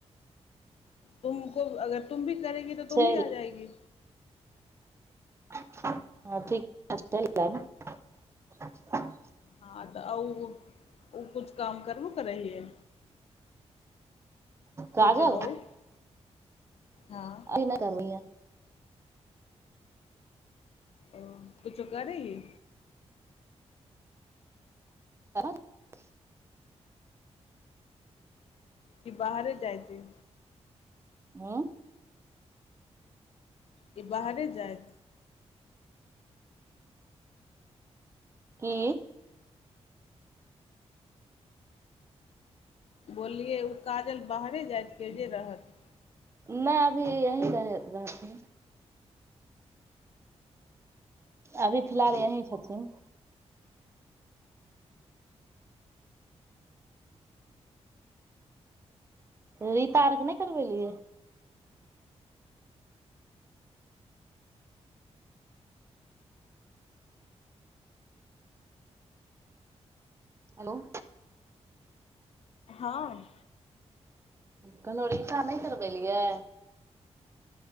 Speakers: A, on the left; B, on the right.
A: तुम को अगर तुम भी करेगी त तुम
B: चलि
A: भी आ जाएगी।
B: <unintelligible>
A: हँ त उ- उ कुछ काम करबो करै हियै?
B: काजल
A: छोटी बहु हँ।
B: <unintelligible>
A: ओ कुछो करै ही।
B: अवाज। <unintelligible>
A: कि बाहरे जाइ छै।
B: ह।
A: ई बाहरे जाय।
B: की।
A: बोललियै ओ काजल बाहरे जाइ तेजे रहत।
B: ना अभी यही रहथिन। अभी फिलहाल यहीं छथिन। रीता आरके नहि करबेलियै। हेलो।
A: हँ
B: कहलहु रिकशा नहि करबेलियै।